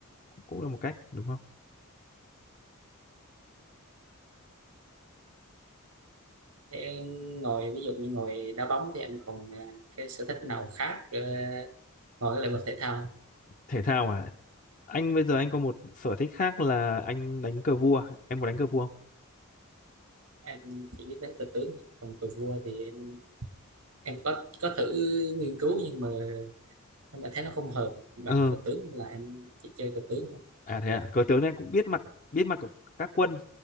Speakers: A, on the left; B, on the right.
A: cũng cũng là một cách đúng không
B: thế ngồi ví dụ như ngồi đá bóng thì anh còn ờ, cái sở thích nào khác ờ, ngồi cái lĩnh vực thể thao không?
A: thể thao à anh bây giờ anh có một sở thích khác là anh đánh cờ vua em có đánh cờ vua không
B: em chỉ biết đánh cờ tướng thôi. còn cờ vua thì em, em có có thử nghiên cứu nhưng mà em lại thấy nó không hợp bằng
A: ừ
B: cờ tướng nên là em chỉ chơi cờ tướng thôi
A: à thế à cờ tướng thì anh cũng biết mặt biết mặt của các quân